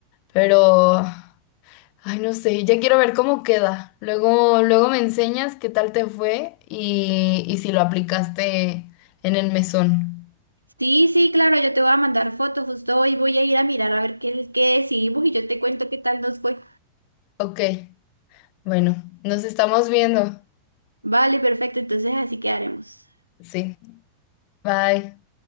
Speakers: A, on the left; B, on the right.
A: Pero, ay, no sé, ya quiero ver cómo queda. Luego, luego me enseñas qué tal te fue y, y si lo aplicaste en el mesón.
B: Sí, sí, claro, yo te voy a mandar fotos, justo hoy voy a ir a mirar a ver qué, qué decidimos y yo te cuento qué tal nos fue.
A: Ok, bueno, nos estamos viendo.
B: Vale, perfecto, entonces así quedaremos.
A: Sí, bye.